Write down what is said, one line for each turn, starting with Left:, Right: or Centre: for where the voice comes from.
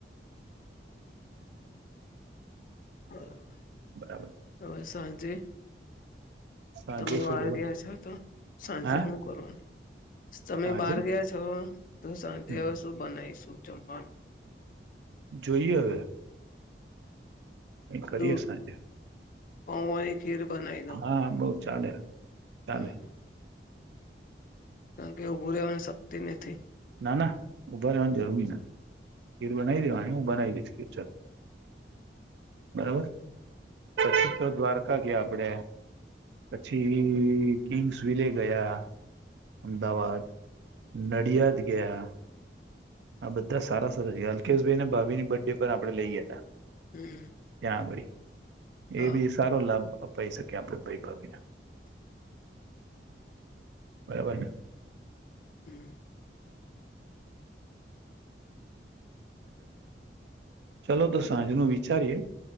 Left: <inaudible> બરાબર
Right: બરાબર
Left: હવે સાંજે
Right: સાંજે
Left: તમે
Right: શું
Left: બહાર
Right: બોલો
Left: ગયા છો તો શાંતિ
Right: હા
Left: શું કરવાનું તમે
Right: સાંજે
Left: બહાર ગયા છો તો સાંજે
Right: હમ
Left: હવે શું બનાવીશું જમવાનું
Right: જોઈએ હવે એ કરી
Left: દૂ
Right: અસાજ
Left: પૌવાની ખીર બનાવી દઉં
Right: હા બઉ ચાલે ચાલે
Left: હમ કારણ કે ઉઊભું રહેવાની શક્તિ નથી
Right: ના ના ઉઊભા રહેવાની જરૂરી નથી ખીર બનાવી દેવાવાની હું બનાવી દશ ખીરચન બરોબર પછી તો દ્વારકા ગયા આપણેે પછી કિંગ્સ વિલે ગયા અમદાવાદ નડિયાદ ગયા આ બધા સારા સરા છે અલ્કેશભાઈને ભાી ની બર્થ ડે પણ આપણે લઈ ગયા હતા
Left: હમ
Right: ત્યાં આગળ એ
Left: હા
Right: બી સારો લાભ અપાઈ શકીએ આપણે ભાઈ ભાવીને બરાબર ને
Left: હમ
Right: ચલો તો સાંજનું વિચારીએે